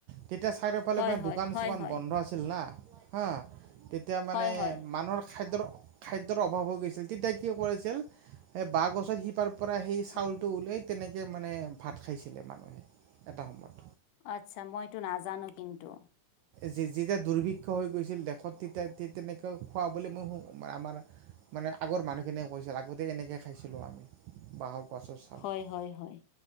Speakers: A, on the right; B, on the left.
A: তেতিয়া চাই পৈ পেলে
B: হয়
A: মানে
B: হয়
A: দোকান
B: হয়
A: চোকান
B: হয়
A: বন্ধ আছিল না হা। তেতিয়া মানে
B: হয় হয়
A: মানুহৰ খাইদ্ৰ খাদ্যৰ অভাৱ হৈ গৈছিল তেতিয়া কি কৰিছিল এ বাহ গছৰ সিপাৰ পৰা সেই
B: হয়।
A: চাউলটো উলিয়াই তেনেকে মানে ভাত খাইছিলে মানুহে এটা সময়ত
B: আচ্ছা মইতো নাজানো কিন্তু।
A: যে যেতিয়া দুৰ্ভিক্ষ হৈ গৈছিল দেশত তেতিয়া তেনেকৈ খুৱাবলৈ মই আমাৰ মানে আগৰ মানুহখিনিয়ে কৈছিল আগতেই এনেকে খাইছিলোঁ আমি বাঁহৰ গছৰ চাউল
B: হয় হয় হয়